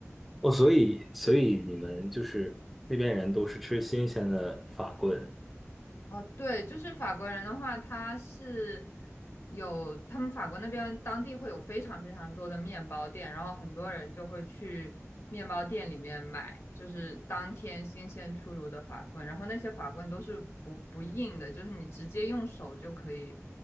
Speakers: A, in the centre; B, on the left.
A: 哦，所以所以你们就是那边人都是吃新鲜的法棍。
B: 哦，对，就是法国人的话，他是有他们法国那边当地会有非常非常多的面包店，然后很多人就会去面包店里面买，就是当天新鲜出炉的法棍，然后那些法棍都是不不硬的，就是你直接用手就可以